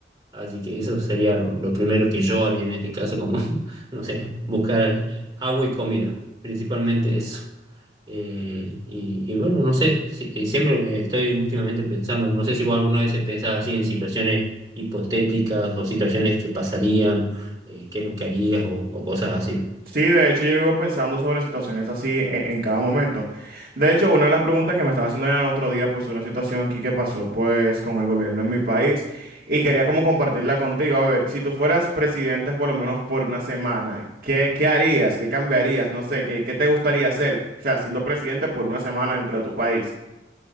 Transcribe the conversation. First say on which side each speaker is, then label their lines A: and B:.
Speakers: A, on the right; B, on the right.
A: Así que eso sería lo, lo primero que yo haría en este caso, como, <laughs> no sé, buscar agua y comida, principalmente eso. Eh, y, y bueno, no sé, si- eh, siempre estoy últimamente pensando, no sé si vos alguna vez pensás así en situaciones hipotéticas o situaciones que pasarían, eh, qué es lo que harías o o cosas así.
B: Sí, de hecho yo vivo pensando sobre situaciones así en, en cada momento. De hecho, una de las preguntas que me estaba haciendo el otro día, pues una situación aquí que pasó pues con el gobierno en mi país y quería como compartirla contigo. A ver, si tú fueras presidente por lo menos por una semana, ¿qué, qué harías? ¿Qué cambiarías? No sé, ¿qué, qué te gustaría hacer? O sea, siendo presidente por una semana dentro de tu país.